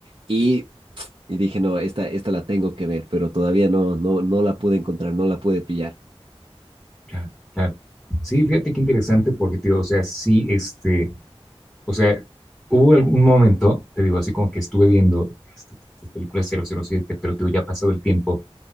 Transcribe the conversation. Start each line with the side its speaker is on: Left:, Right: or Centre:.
Right: y, y dije, no, esta, esta la tengo que ver, pero todavía no, no, no la pude encontrar, no la pude pillar.
Centre: claro, claro. Sí, fíjate qué interesante, porque, tío, o sea, sí, este, o sea, hubo algún momento, te digo, así como que estuve viendo este, estas películas cero cero siete, pero, tío, ya ha pasado el tiempo